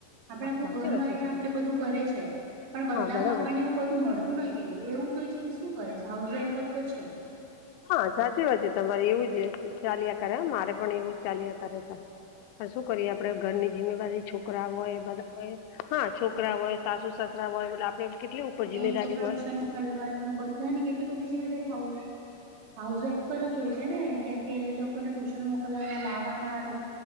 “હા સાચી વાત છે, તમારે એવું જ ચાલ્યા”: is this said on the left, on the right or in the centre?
Left